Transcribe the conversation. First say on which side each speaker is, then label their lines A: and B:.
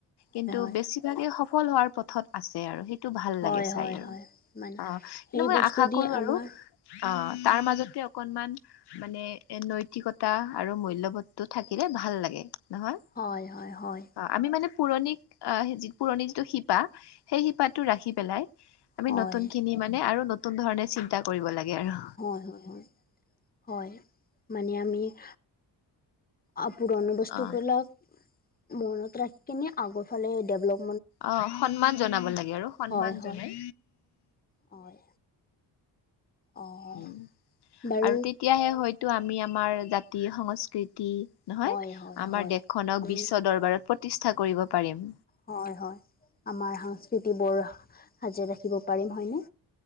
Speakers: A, on the left; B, on the left.
A: কিন্তু,
B: হয়
A: বেছি- সিবিলাকে সফল হোৱাৰ পথত আছে আৰু। সেই- টো ভাল
B: হয়
A: লাগে চাই
B: হয়
A: আৰু
B: হয় মানে
A: অঁ কিন্তু
B: সেই
A: মই
B: বস্তু
A: আশা
B: দি
A: কৰো
B: আমাৰ
A: আৰু- অঁ' তাৰ মাজতে অকনমান- মানে এ নৈতিকতা আৰু মূল্যবোধ টো থাকিলে ভাল লাগে নহয়।
B: হয় হয় হয়।
A: অঁ' আমি মানে পুৰণি অ হে পুৰণি যিটো শিপা সেই শিপাটো ৰাখি পেলাই- আমি
B: হয়,
A: নতুন খিনি মানে আৰু নতুন ধৰণে চিন্তা কৰিব লাগে আৰু।
B: হয় হয় হয় হয়, মানে আমি- অ পুৰণি বস্তু
A: অ
B: বিলাক মনত ৰাখি কিনে আগৰ ফালে ডেভলপ-
A: অঁ' সন্মান জনাব লাগে আৰু সন্মান
B: হয়, হয়,
A: জনাই।
B: হয়। অ',
A: উম'
B: বাৰু
A: আৰু তেতিয়াহে হয়তো আমি আমাৰ জাতি, সংস্কৃতি- নহয়
B: হয়, হয়,
A: আমাৰ
B: হয়,
A: দেশখনক
B: উম
A: বিশ্ব দৰবাৰত প্ৰতিষ্ঠা কৰিব পাৰিম।
B: হয় হয়, আমাৰ সংস্কৃতি বোৰ সাজি ৰাখিব পাৰিম হয়নে?